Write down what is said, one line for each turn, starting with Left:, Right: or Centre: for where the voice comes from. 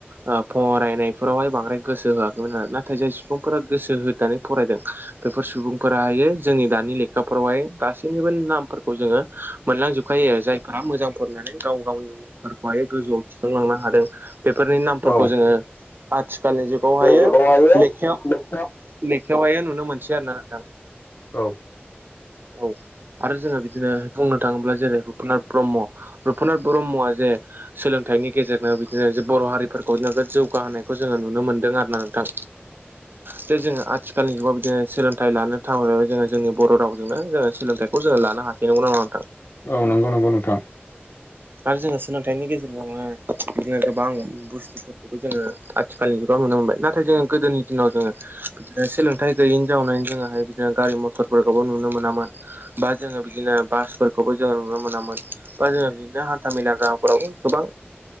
Right: ओ फरायनायफोरावहाय बांद्राय गोसो होआखैमोन आरो, नाथाय जाय सुबुंफोरा गोसो होनानै फरायदों। बेफोर सुबुंफोराहायो जोंनि दानि लेखाफोरावहाय गासैनिबो नाम फोरखौ जोङो मोनलांजोबखायो आरो जाय फ्रा मोजां फरायनानै गाव गावनि मुंफोरखौहाय गोजौआव थिखांलांनो हादों बेफोरनि नाम
Left: औ
Right: खौ जोङो आथिखालनि जुगावहायो
Left: बेवहायो
Right: लेखायाव
Left: बेखौ
Right: लेखायावहायो नुनो मोनसै आरोना नोंथां।
Left: औ।
Right: औ। आरो जोङो बिदिनो बुंनो थाङोब्ला जेरै रुपनाथ ब्रह्म, रुपनाथ ब्रह्मआ जे सोलोंथाइनि गेजेरनो बिदिनो जे बर' हारिफोर <unintelligible> नोगोद जौगाहोनायखौ जोङो नुनो मोनदों आरो ना नोंथां। जे जोङो आथिखालनि जुगाव बिदिनो सोलोंथाइ लानो <unintelligible> जोङो जोंनि बर' रावजोंनो जोङो सोलोंथाइ खौ जों लानो हासै नंगौना नङा नोंथां?
Left: औ नोंगौ नोंगौ नोंथां
Right: दा जोङो सोलोंथाइनि गेजेरजोंनो बिदिनो गोबां बुस फोरखौबो जोङो आथिखालनि जुगाव नुनो मोनबाय। नाथाय जोङो गोदोनि दिनाव जोङो बिदिनो सोलोंथाइ गैयैनि जाउनाय जोङोहाय बिदिनो गारि मथरफोरखौबो नुनो मोनामोन बा जोङो बिदिनो बासफोरखौबो जोङो नुनो मोनामोन, बा जोङो बिदिनो हान्था मेला राहाफोरावबो गोबां